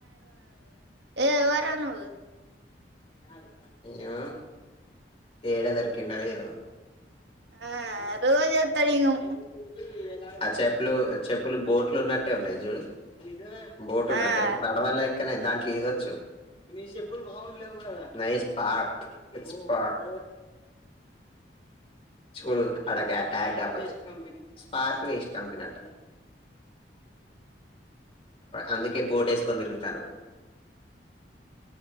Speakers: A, on the right; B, on the left.
A: ఏయ్ ఎవర్రా నువ్వు
B: <unintelligible> ఏమో ఏడ దొరికిండవో ఏమో
A: ఆ రోజు వస్తాడు ఇంక
B: అ <unintelligible> ఆ చెప్పులు చెప్పులు బోట్లు ఉన్నట్టే ఉన్నాయి చూడు బోట్ ఉన్నట్టు
A: ఆ.
B: పడవల్ అక్కనే దాంట్లో ఇదొచ్చు ని చొప్పుల్ మామూలుగా లేవు గదా నైస్ స్పా ఇట్స్ పార్ట్ చూడు ఆడ గా ట్యాగ్ కాకపోతే. స్పార్క్ వేస్ట్ కంపెనీ అంట. అందుకే బోర్డు వేసుకొని తిరుగుతాండు.